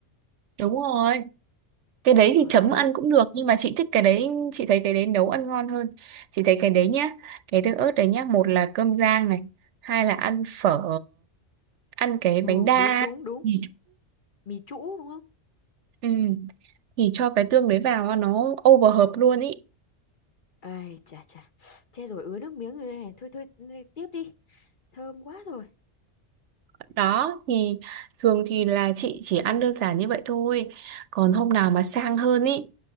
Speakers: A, on the right; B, on the left.
A: đúng rồi cái đấy
B: ngon
A: thì chấm
B: đấy
A: ăn cũng được nhưng mà chị thích cái đấy chị thấy cái đấy nấu ăn ngon hơn chị thấy cái đấy nhá cái tương ớt đấy nhá một là cơm rang này hai là ăn phở ăn cái
B: ừ
A: bánh đa
B: đúng đúng đúng
A: Ừ.
B: mì trũ đúng không
A: Ừ, thì cho cái tương đấy vào nó over hợp luôn ý.
B: ơi chà chà chết rồi ứa nước miếng rồi đây này thôi thôi đi- tiếp đi thơm quá rồi
A: Đó thì thường thì là chị chỉ ăn đơn giản như vậy thôi. Còn hôm nào mà sang hơn ý